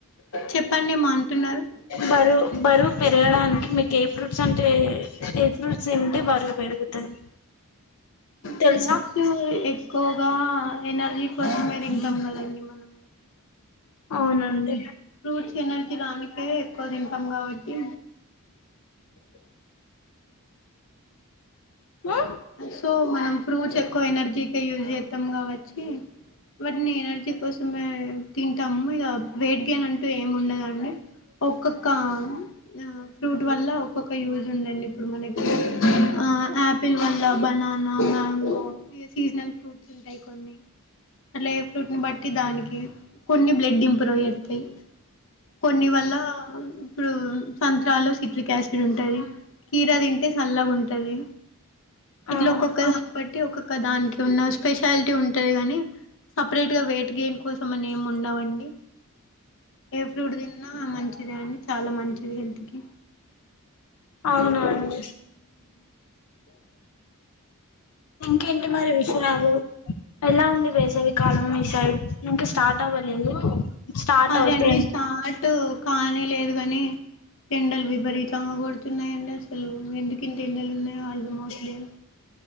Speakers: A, on the left; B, on the left.
A: చెప్పండి ఏమో అంటున్నారు
B: బరు బరు పెరగడానికి మీకు ఏ ఫ్రూట్స్ అంటే ఏ ఫ్రూట్స్ తింటే బరువు పెరుగుతది తెలుసా
A: ఫూట్స్ ఎక్కువగా ఎనర్జీ కోసమే తింటామ్ మనమైతే
B: అవునండి
A: ఫ్రూట్స్ ఎనర్జీ లానికే ఎక్కువ తింటాం కాబట్టి
B: <inaudible> నో
A: సో మనం ఫ్రూట్స్ ఎక్కువ ఎనర్జీకి యూజ్ చేత్తం కావచ్చి వాటిని ఎనర్జీ కోసమే తింటాం ఇగ వెయిట్ గెన్ అంటూ ఏమి ఉండదండి. ఒక్కొక్క ఆ ఫ్రూట్ వల్ల ఒక్కొక్క యూజ్ ఉందండి ఇప్పుడు మనకి ఆ ఆపిల్ వల్ల ఇలా బనానా, మ్యాంగో ఇగ సీజనల్ ఫ్రూట్స్ ఉంటయి కొన్ని అట్లా ఏ ఫ్రూట్ని బట్టి దానికి కొన్ని బ్లెడ్ ఇంప్రూవ్ చెత్తయి కొన్ని వల్ల ఇప్పుడు సంత్రాల్లో సిట్రిక్ యాసిడ్ ఉంటది. కీరా తింటే చల్లగా ఉంటది
B: ఆ ఆ
A: ఇట్లా ఒక్కొక్క దాన్ అంటే ఒక్కొక్క దాంట్లో ఉన్న స్పెషాలిటీ ఉంటది. గని సపరేట్ గా వెయిట్ గెన్ కోసం అని ఏమి ఉండవండి. ఏ ఫ్రూట్ తిన్నా మంచిదే అండి చాలా మంచిది హెల్త్ కి
B: అవునండి ఇంకేంటి మరి విషయాలు ఎలా ఉంది వేసవికాలం మి సైడ్ ఇంకా స్టార్ట్ అవ అవ్వలేదు స్టార్ట్
A: అదేండి
B: అవుతే
A: స్టార్ట్ కానే లేదు గని ఎండలు విపరీతంగా కొడుతున్నాయండి అసలు ఎందుకింత ఎండలు ఉన్నాయె అర్ధం అవ్వట్లేదు.